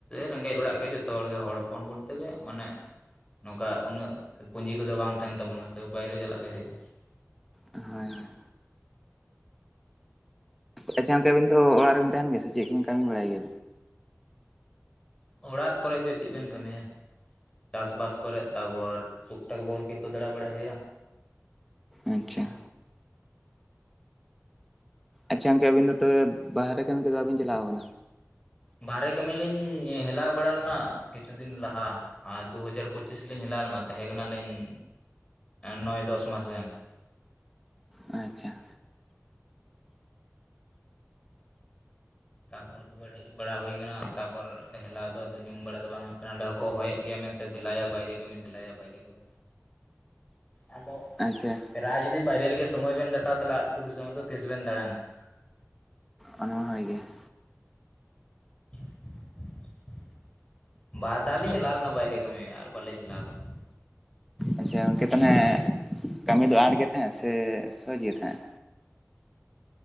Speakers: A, on the left (about 20°); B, in the centre.
A: ᱨᱮᱸᱜᱮᱡ ᱚᱲᱟᱜ ᱜᱮ ᱡᱚᱛᱚ ᱦᱚᱲ ᱜᱮ ᱦᱚᱲ ᱦᱚᱯᱚᱱ ᱵᱚᱞᱛᱮ ᱜᱮ ᱢᱟᱱᱮ ᱱᱚᱝᱠᱟ ᱩᱱᱟᱹᱜ ᱯᱩᱸᱡᱤ ᱠᱚᱫᱚ ᱵᱟᱝ ᱛᱟᱦᱮᱱ ᱛᱟᱵᱚᱱᱟ ᱛᱚ ᱵᱟᱭᱨᱮ ᱪᱟᱞᱟᱜ ᱜᱮ ᱦᱳᱭᱳᱜᱼᱟ ᱾
B: ᱦᱳᱭ ᱦᱳᱭ ᱾ ᱟᱪᱪᱷᱟ ᱜᱚᱝᱠᱮ ᱟᱹᱵᱤᱱ ᱛᱚ ᱚᱲᱟᱜ ᱨᱮᱵᱤᱱ ᱛᱟᱦᱮᱱ ᱜᱮᱭᱟ ᱥᱮ ᱪᱮᱫ ᱠᱚᱵᱤᱱ ᱠᱟᱹᱢᱤ ᱵᱟᱲᱟᱭ ᱜᱮᱭᱟ?
A: ᱚᱲᱟᱜ ᱠᱚᱨᱮ ᱜᱮ ᱪᱮᱜ ᱵᱮᱱ ᱠᱟᱹᱢᱤᱭᱟ ᱾ ᱪᱟᱥᱵᱟᱥ ᱠᱚᱨᱮᱜ ᱛᱟᱵᱚᱨ ᱴᱩᱠ ᱴᱟᱠ ᱵᱚᱞ ᱠᱷᱮᱞ ᱠᱚ ᱫᱟᱲᱟ ᱵᱟᱲᱟᱭ ᱦᱳᱭᱳᱜᱼᱟ ᱾
B: ᱟᱪᱪᱷᱟ ᱾ ᱟᱪᱪᱷᱟ ᱜᱚᱢᱠᱮ ᱟᱵᱤᱱ ᱫᱚ ᱛᱚᱵᱮ ᱵᱟᱦᱨᱮ ᱠᱟᱹᱢᱤ ᱠᱚᱫᱚ ᱵᱟᱵᱤᱱ ᱪᱟᱞᱟᱣ ᱠᱟᱱᱟ?
A: ᱵᱟᱨᱦᱮ ᱠᱟᱹᱢᱤ ᱞᱤᱧ ᱦᱮᱞᱟᱣ ᱵᱟᱲᱟ ᱞᱮᱱᱟ ᱠᱤᱪᱷᱩ ᱫᱤᱱ ᱞᱟᱦᱟ ᱾ ᱟᱨ ᱫᱩ ᱦᱟᱡᱟᱨ ᱯᱚᱸᱪᱤᱥ ᱞᱤᱧ ᱦᱮᱞᱟᱣ ᱞᱮᱱᱟ ᱛᱟᱦᱮᱸ ᱠᱟᱱᱟᱞᱤᱧ ᱱᱚᱭ ᱫᱚᱥ ᱢᱟᱥ ᱜᱟᱱ ᱾
B: ᱟᱪᱪᱷᱟ ᱾
A: ᱛᱟᱯᱚᱨ ᱨᱩᱣᱟᱹᱲ ᱦᱮᱡ ᱵᱟᱲᱟ ᱦᱳᱭ ᱠᱟᱱᱟ ᱛᱟᱯᱚᱨ ᱦᱮᱞᱟᱣ ᱫᱚ ᱟᱫᱚ ᱧᱩᱢ ᱵᱟᱲᱟ ᱫᱚ ᱵᱟᱝ ᱦᱳᱭ ᱠᱟᱱᱟ ᱚᱸᱰᱮ ᱦᱚᱸᱠᱚ ᱦᱚᱦᱚᱭᱮᱫ ᱜᱮᱭᱟ ᱢᱮᱱ ᱫᱮᱞᱟᱭᱟ ᱵᱟᱭᱨᱮ ᱠᱟᱹᱢᱤ ᱫᱮᱞᱟ ᱭᱟ ᱵᱟᱭᱨᱮ ᱠᱟᱹᱢᱤ ᱟᱫᱚ
B: ᱟᱪᱪᱷᱟ ᱾
A: ᱯᱨᱟᱭ ᱡᱩᱫᱤ ᱵᱟᱭᱨᱮ ᱨᱮᱜᱮ ᱥᱚᱢᱚᱭ ᱵᱮᱱ ᱠᱟᱴᱟᱣ ᱛᱟᱦᱚᱞᱮ ᱟᱹᱛᱩ ᱫᱤᱥᱚᱢ ᱨᱮᱫᱚ ᱛᱤᱥ ᱵᱮᱱ ᱫᱟᱬᱟᱱᱟ ᱾
B: ᱚᱱᱟᱦᱚ ᱦᱳᱭ ᱜᱮ ᱾
A: <inaudible> ᱵᱟᱨ ᱫᱷᱟᱣ ᱞᱤᱧ ᱦᱮᱞᱟᱣ ᱞᱮᱱᱟ ᱵᱟᱭᱨᱮ ᱠᱟᱹᱢᱤ ᱟᱨ ᱵᱟᱹᱞᱤᱧ ᱦᱮᱞᱟᱣ ᱠᱟᱱᱟ ᱾
B: ᱟᱪᱪᱷᱟ ᱜᱚᱢᱠᱮ ᱛᱟ ᱱᱮᱦᱮᱜ ᱠᱟᱹᱢᱤ ᱫᱚ ᱟᱸᱴ ᱜᱮ ᱛᱟᱦᱮᱸᱜ ᱥᱮ ᱥᱚᱡᱽ ᱜᱮ ᱛᱟᱦᱮᱸᱜ?